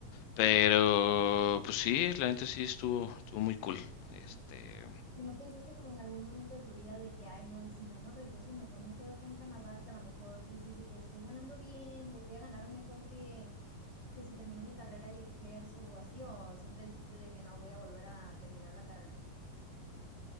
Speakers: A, on the left; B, on the right.
A: pero pues sí, la gente sí estuvo, estuvo muy cool. Este,
B: ¿Y no pensaste como en algún momento de tu vida de que, ay, no, y si ya no regreso y mejor me quedo acá en Canadá, que a lo mejor dices de que estoy ganando bien, voy a ganar mejor que, que si termino mi carrera y ejerzo o así, o siempre dijiste de que no, voy a volver a terminar la carrera?